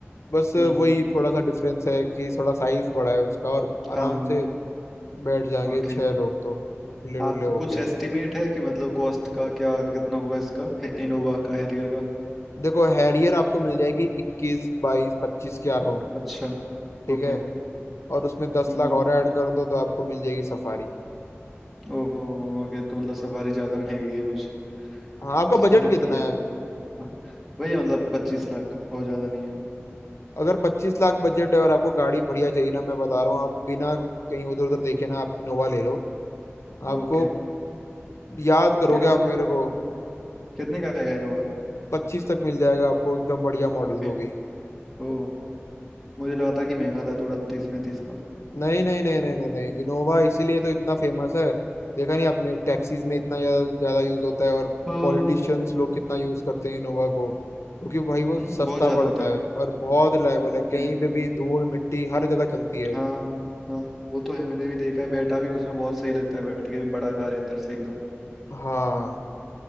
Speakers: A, on the left; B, in the centre.
A: बस वही
B: हम्म
A: थोड़ा सा डिफरेंस है कि थोड़ा साइज बड़ा है उसका और आराम
B: हाँ हाँ
A: से बैठ जाएंगे
B: ओके
A: छह लोग तो खुले डुल्ले
B: आपको
A: होके
B: कुछ एस्टिमेट है कि मतलब कॉस्ट का क्या कितना होगा इसका हे- इनोवा का हैरियर का
A: देखो हैरियर आपको मिल जाएगी इक्कीस बाईस पच्चीस के अराउंड
B: अच्छा
A: ठीक
B: ओके
A: है और उसमें दस
B: हम्म
A: लाख और ऐड कर दो तो आपको मिल जाएगी सफारी
B: ओ ओके तो मतलब सफारी ज्यादा महंगी है कुछ
A: हाँ आपका
B: ठीक
A: बजट कितना
B: ही है लग
A: है
B: हाँ वही है, मतलब पच्चीस लाख और ज्यादा नहीं है
A: अगर पच्चीस लाख बजट है और आपको गाड़ी बढ़िया चाहिए ना मैं बता रहा हूँ आप बिना कहीं उधर उधर देखे ना आप इनोवा ले लो आपको
B: ओके
A: याद करोगे
B: इनोवा
A: आप
B: कि,
A: मेरे को
B: कितने का आएगा इनोवा
A: पच्चीस तक मिल जाएगा आपको एकदम बढ़िया मॉडल
B: ओके
A: वो भी
B: ओ मुझे लगा था कि महंगा था थोड़ा तीस पैंतीस का
A: नहीं नहीं नहीं नहीं नहीं नहीं इनोवा इसीलिए तो इतना फेमस है देखा नहीं आपने टैक्सीज में इतना ज्या- ज्यादा यूज होता है और
B: हाँ
A: पॉलिटिशियंस लोग कितना यूज करते हैं इनोवा को क्योंकि भाई वो
B: हम्म
A: सस्ता
B: बहुत ज्यादा
A: पड़ता
B: होता है
A: है और बहुत रिलायबल
B: ओके
A: है कहीं पे भी धूल मिट्टी हर जगह चलती है वो
B: हाँ हाँ वो तो है मैंने भी देखा है बैठा भी उसमें बहुत सही लगता है बैठ के भी बड़ा कार है अंदर से एकदम
A: हाँ